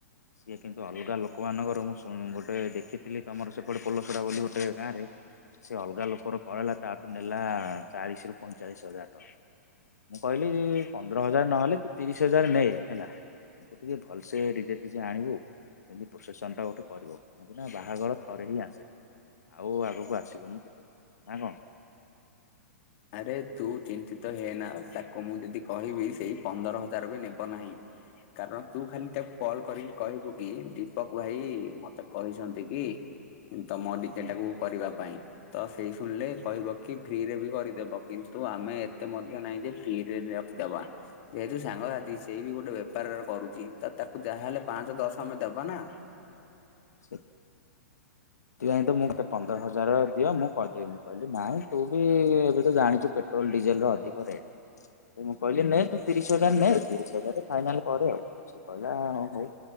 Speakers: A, on the left; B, on the left.
A: ସିଏ କିନ୍ତୁ ଅଲଗା ଲୋକମାନାନଙ୍କର ମୁଁ ଶୁଣ ଗୋଟେ ଦେଖିଥିଲି ତମର ସେପଟେ ପୋଲସରା ବୋଲି ଗୋଟେ ଗାଁ ରେ। ସେ ଅଲଗା ଲୋକର କରେଇଲା ତାଠୁ ନେଲା ଚାଳିଶ ରୁ ପଇଁଚାଳିଶ ହଜାର ଟଙ୍କା। ମୁଁ କହିଲି ପନ୍ଦର ହଜାର ନହେଲେ। ତୁ ତିରିଶ ହଜାର ନେ ହେଲା କିନ୍ତୁ ଟିକେ ଭଲସେ ଡିଜେ ଫିଜେ ଆଣିବୁ ଯେମତି ପ୍ରୋସେସନ ଟା। ଟା ଗୋଟେ କରିବ କାହିଁକି ନା ବାହାଘର ଥରେ ହିଁ ଆସେ। ଆଉ ଆଗକୁ ଆସିବନି କେବେ ନା କଣ।
B: ଆରେ ତୁ ଚିନ୍ତିତ ହେନା ତାକୁ ମୁଁ ଯଦି କହିବି ସେଇ ପନ୍ଦର ହଜାର ବି ନେବ ନାହିଁ। କାରଣ ତୁ ଖାଲି ତାକୁ କଲ କରିକି କହିବୁ କି ଦୀପକ ଭାଇ ମତେ କହିଛନ୍ତି କି। ତମ ଡିଜେ ଟାକୁ କରିବା ପାଇଁ ତ ସେଇ ଶୁଣିଲେ କହିବ କି ଫ୍ରି ରେ ବି କରି ଦେବ କିନ୍ତୁ ଆମେ ଏତେ ମଧ୍ୟ ନାହିଁ ଯେ ଫ୍ରିରେ ନେଇ ରଖିଦବା। ଯେହେତୁ ସାଙ୍ଗସାଥି ସେଇ ବି ଗୋଟେ ବେପାରରେ କରୁଛି ତ ତାକୁ ଯାହାହେଲେ ପାଞ୍ଚ ଦଶ ଆମେ ଦବା ନା।
A: ଜେ। ତୁ ଜାଣି ଥିବୁ ମୁଁ ତତେ ପନ୍ଦର ହଜାର ଦିଅ ମୁଁ କହିଦେବି ମୁଁ କହିଲି ନାଇଁ ତୁ ବି ଏବେ ତ ଜାଣିଛୁ ପେଟ ଟ୍ରୋଲ ଡିଜେଲ ର ଅଧିକ ରେଟ ମୁଁ କହିଲି ନେ ତୁ ତିରିଶ ହଜାର ନେ ତିରିଶ ହଜର ରେ ଫାଇନାଲସ। କରେ ଆଉ ସେ କହିଲା ହଉ